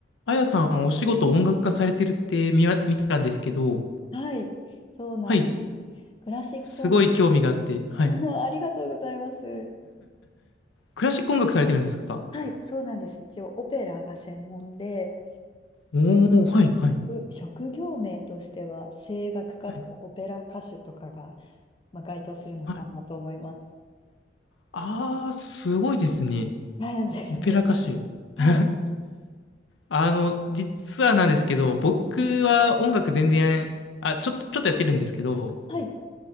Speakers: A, on the left (about 85°); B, on the left (about 25°).
A: あやさん、お仕事音楽家されてるって見わ、見たんですけど、
B: はい、そうなん、
A: はい。
B: クラシック音
A: すごい興味があって、はい。
B: 楽、<laughs> ありがとうございます。
A: クラシック音楽されてるんですか
B: はい、そうなんです。一応オペラが専門で、
A: おー、はい、
B: はい、
A: はい、
B: う職業名としては声楽家とかオペラ歌手とかが、
A: はい、
B: まあ、該当するのかなと思います。
A: はい。あー、すごいですね。
B: いやいや、全然。
A: オペラ歌手。
B: はい、
A: <laughs> あの、実はなんですけど、僕は音楽全然、
B: はい、
A: あ、ちょっと、ちょっとやってるんですけど、
B: はい。